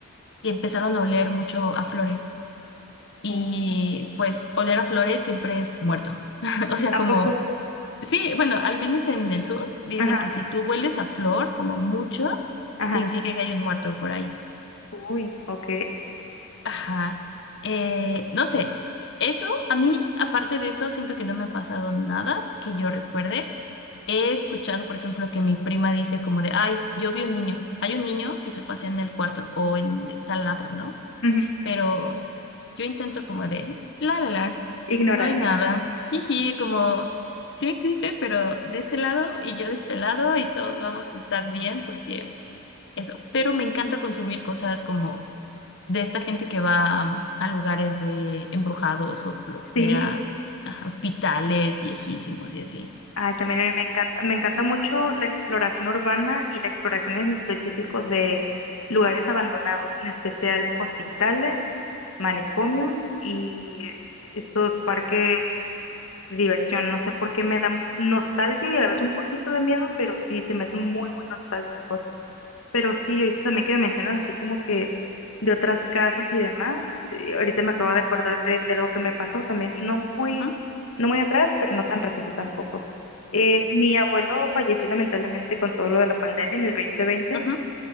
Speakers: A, on the left; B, on the left.
A: y empezaron a oler mucho a flores. Y
B: Oh.
A: pues oler a flores siempre es muerto. <laughs> O sea, como
B: ¿A poco?
A: Sí, bueno, al menos en el sur dicen
B: Ajá,
A: que si tú hueles a flor como mucho,
B: ajá.
A: significa que hay un muerto por ahí.
B: Uy, ok.
A: Ajá. Eh, no sé, eso a mí, aparte de eso, siento que no me ha pasado nada que yo recuerde. He escuchado, por ejemplo, que mi prima dice como de, ay, yo vi un niño, hay un niño que se pasea en el cuarto o en tal lado, ¿no?
B: Ujú.
A: Pero yo intento como de, la, la, la.
B: Ignorar.
A: No hay nada. Jiji, como sí existe, pero de ese lado y yo de este lado y todos vamos a estar bien porque eso. Pero me encanta consumir cosas como de esta gente que va mm, a lugares de embrujados o lo que sea,
B: Sí.
A: ajá, hospitales viejísimos y así.
B: Ay, también a mí me encanta, me encanta mucho la exploración urbana y la exploración en específico de lugares abandonados, en especial hospitales, manicomios y estos parques de diversión. No sé por qué me dan nostalgia y a la vez un poquito de miedo, pero sí, se me hacen muy, muy nostálgicos. Pero sí, ahorita también que me mencionas así como que de otras casas y demás, eh, ahorita me acabo de acordar de, de algo que me pasó también, no muy,
A: Ujú,
B: no muy atrás, pero no tan reciente tampoco. Eh, mi abuelo falleció lamentablemente con todo lo de la pandemia en el 2020
A: ujú,